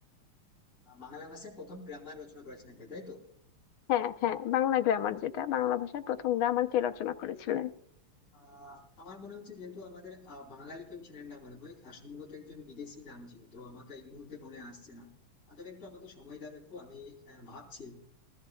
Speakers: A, on the left (about 35°); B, on the left (about 75°).
A: আহ, বাংলা ভাষায় প্রথম গ্রামার রচনা করেছিলেন কে, তাই তো
B: হ্যাঁ হ্যাঁ বাংলা গ্রামার যেটা বাংলা ভাষার প্রথম গ্রামার কে রচনা করেছিলেন
A: আহ আমার মনে হচ্ছে যেহেতু আমাদের আহ, বাঙালি কেউ ছিলেন না মনে হয় আর সম্ভবত একজন বিদেশি নাম ছিল তো আমাকে এই মুহূর্তে মনে আসছে না আর তবে একটু আমাকে সময় দাও একটু আমি আহ, ভাবছি